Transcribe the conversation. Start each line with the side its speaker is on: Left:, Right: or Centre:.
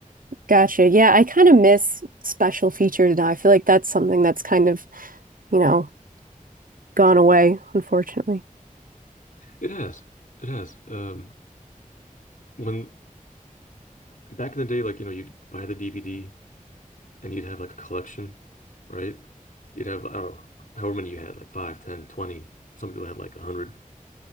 Right: Gotcha. Yeah, I kind of miss special features now. I feel like that's something that's kind of, you know, gone away, unfortunately.
Left: It has, it has. Um, when back in the day, like you know, you'd buy the DVD and you'd have like a collection, right? You'd have I don't know however many you had, like five, ten, twenty. Some people had like a hundred,